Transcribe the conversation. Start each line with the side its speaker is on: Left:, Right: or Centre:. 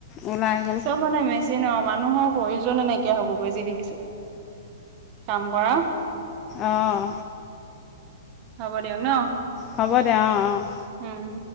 Left: ওলাই গ'ল
Right: চব মানে মেচিন মানুহক প্ৰয়োজন নাইকিয়া হ'বগৈ যি দেখিছো, কাম কৰা।
Left: অঁ
Right: হ'ব দিয়ক ন।
Left: হ'ব দিয়া, অ' অ'!
Right: উম